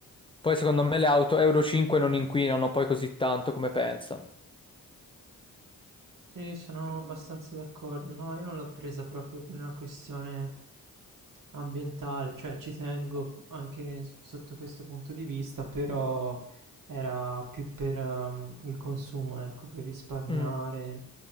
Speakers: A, on the left; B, on the right.
A: Poi secondo me le auto Euro 5
B: Mm.
A: non inquinano poi così tanto come pensano.
B: Sì, sono abbastanza d'accordo. No, io non l'ho presa proprio per una questione ambientale, cioè ci tengo anche s- sotto questo punto di vista, però era più per ehm, il consumo, ecco, per risparmiare,
A: Mm.